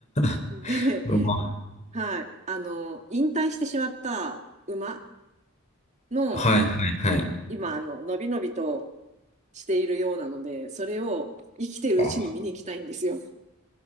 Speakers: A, on the left; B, on the right.
A: <laughs>
B: で、
A: ロマン
B: <laughs> はい。あの、引退してしまった馬
A: <laughs>。
B: の、
A: はいはいはい。
B: 今、あの、のびのびとしているようなので、それを生きてるうちに見に行きたいんですよ。
A: あ、